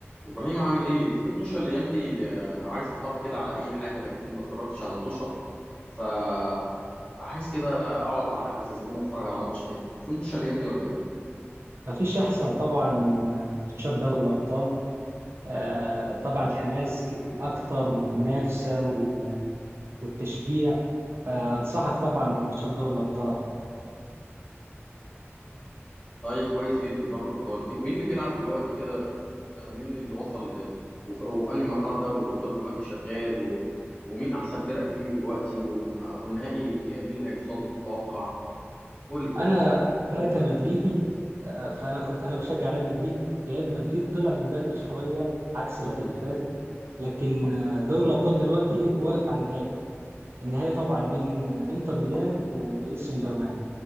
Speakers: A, on the left; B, on the right.
A: ابراهيم عامل ايه في مطوشه الايام دي آه، عايز اتفرج كده على اي حاجه بقالي كتير ما اتفرجتش على مطوشه فعايز كده اقعد على القهوه زي زمان واتفرج على ماتش كده في مطوشه الايام دي ولا ايه
B: مفيش أحسن طبعا من ماتشات دوري الأبطال آه، طبعا الحماس ك- أكتر والمنافسة وال- والتشجيع فأنصحك طبعا بماتشات دوري الأبطال
A: طيب كويس جدا دوري الابطال مين مين اللي بيلعب دلوقتي كده مين اللي وصل ل... وف- هو في انهي مرحله دوري الابطال دلوقتي شغال و... ومين احسن فرق فيه دلوقتي و... آه، والنهائي مين اللي هيوصل له تتوقع قول لي كده
B: أنا أنا كمدريدي آه، فأنا كنت أنا بشجع ريال مدريد ريال مدريد طلع من بدري شوية عكس الوقت اللي فاتت لكن آه، دوري الأبطال دلوقتي واقف على النهائي النهائي طبعا بين آه، إنتر ميلان وباريس سان جيرمان